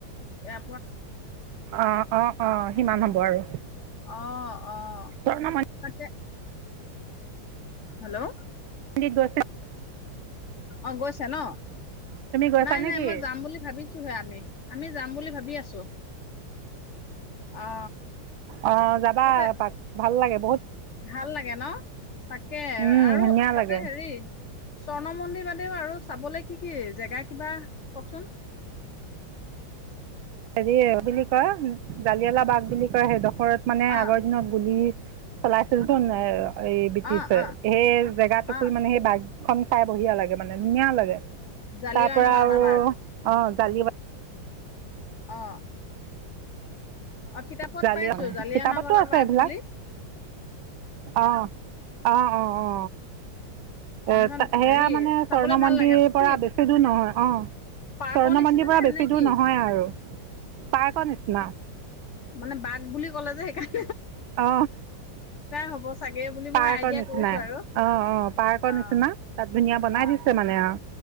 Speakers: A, on the left; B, on the right.
A: এ
B: অ অ অ সিমান হ'ব আৰু
A: আহ আহ
B: স্বৰ্ণ
A: তাকে হেল্ল'
B: পডিত দস
A: অ গৈছে ন
B: গৈছা
A: নাই
B: নেকি
A: নাই মই যাম বুলি ভাবিছোহে আমি আমি যাম বুলি ভাবি আছো অ
B: অ যাবা
A: তাতে
B: এপাক ভাল লাগে
A: ভাল লাগে ন তাকে
B: উম
A: আৰু
B: ধুনীয়া
A: তাতে
B: লাগে
A: হেৰি স্বৰ্ণ মন্দিৰ বদেউ আৰু চাবলে কি কি জেগা কিবা কওকচোন
B: হেৰি বুলি কয় জালিয়ালা বাঘ বুলি কয় সেইটোখ। ঘৰত মানে
A: অ
B: আগৰ দিনত গুলি। চলাইছিলো নাই আৰু। এই ব্ৰটিছছে
A: অ অ
B: সেই জেগাতকু
A: অ
B: মানে সেই বাঘ। খখন খাই বঢ়িয়া লাগে মানে ধুনীয়া লাগে।
A: জালিৱানা
B: তাৰ পৰাৰা
A: বালাবাগ
B: আৰু অ। চালি।
A: অ। অ কিতাপত
B: জালিয়ানাবালা
A: পাইছো
B: বাঘ
A: জালিয়ানাৱালা
B: কিতাপতো আছে্
A: বাগ
B: এইবিলাক
A: বুলি
B: অ অ অ অ।
A: অ
B: এ
A: সেইখন
B: সেয়া
A: হেৰি
B: মানে
A: চাবলৈ
B: স্বৰ্ণ
A: ভাল
B: মন্দিৰ
A: লাগে
B: পৰা
A: কি
B: বেছি দূৰ নহয়। অ
A: পাৰ্কৰ
B: স্বৰ্ণ
A: নিচিনা
B: মন্দিৰ পৰা
A: নে
B: বেছি
A: নে
B: দূৰ
A: কি
B: নহয় আৰু। পাৰকৰ নিচিনা
A: মানে বাঘ বুলি কলে যে সেইকাৰণ।
B: অ
A: হ'ব চাগে বুলি
B: পাৰ্কৰ
A: মই আইডিয়া
B: নিচিনাই
A: কৰিছো আৰু
B: অ অ পাৰ্কৰ
A: অ
B: নিচিনা তাত ধুনীয়া বনাই
A: অ
B: দিছে। মানে আহ